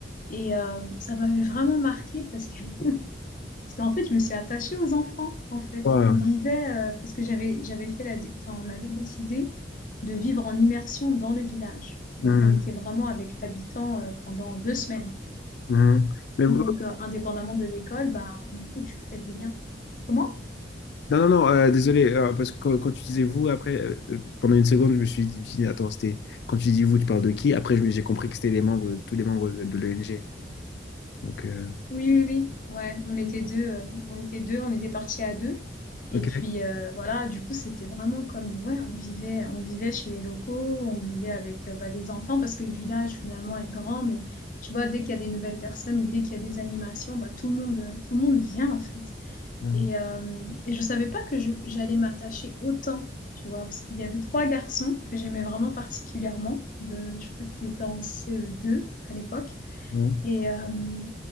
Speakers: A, on the left; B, on the left.
A: Et euh, ça m'avait vraiment marqué parce que parce qu'en fait, je me suis attachée aux enfants, en fait.
B: Wow.
A: On vivait, euh, parce que j'avais, j'avais fait la, dé- enfin, on avait décidé de vivre en immersion dans le village. Donc,
B: Mhm.
A: on était vraiment avec l'habitant euh, pendant deux semaines.
B: Mhm. Mais vous-
A: Donc, euh, indépendamment de l'école, ben, du coup, tu fais des liens. Comment?
B: non, non, non, euh, désolé, euh, parce que quand, quand tu disais vous, après, euh, euh, pendant une seconde, je me suis dit, attends, c'était quand tu dis vous, tu parles de qui? Après, je me- j'ai compris que c'était les membres, tous les membres de, de l'ONG. Donc, euh,
A: Oui, oui, oui. Ouais, on était deux, euh, on était deux, on était partis à deux.
B: ok.
A: Et puis euh, voilà, du coup, c'était vraiment comme ouais, on vivait, on vivait chez les locaux, on vivait avec euh, bah, les enfants parce que le village finalement est grand, mais tu vois, dès qu'il y a des nouvelles personnes ou dès qu'il y a des animations, bah tout le monde, euh, tout le monde vient en fait.
B: Mhm.
A: Et euh, et je savais pas que je- j'allais m'attacher autant, tu vois, parce qu'il y avait trois garçons que j'aimais vraiment particulièrement. De, je crois qu'ils étaient en CE2 à l'époque.
B: Mhm.
A: Et, euh,